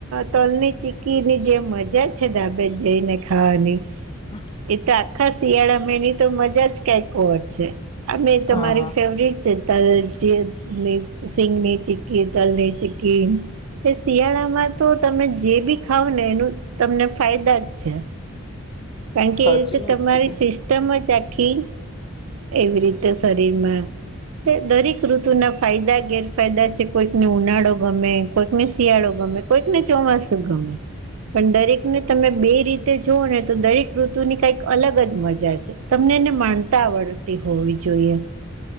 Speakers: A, on the right (about 75°); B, on the left (about 25°).
A: તલની ચીકીની જે મજા છે ધાબે જઈને ખાવાની
B: હા
A: એ તો આખા શિયાળા માં એનીતો મજાજ કઈ ઓર છે અમે તો
B: હા
A: મારી ફેવરિટ તલ ચિ ની સિંગ ની ચીકી તલ ની ચીકી. તે શિયાળામાં તો તમે જે બી ખાવ ને એનું તમને ફાયદાજ છે. કાકે
B: સાચી
A: એ રીતે
B: વાત
A: તમારી
B: કીધી
A: સિસ્ટમ જ આખી એવી રીતે શરીરમાં દરેક ઋતુ ના ફાયદા ગેરફાયદા છે કોઈકને ઉનાળો ગમે કોઈકને શિયાળો ગમે. કોઈક ને ચોમાસું ગમે પણ દરેક ને તમે બે રીતે જોઓ ને તો દરેક ઋતુની કઈક અલગ જ મજા છે તમને એને માણતા આવડ તે હોવી જોઈએ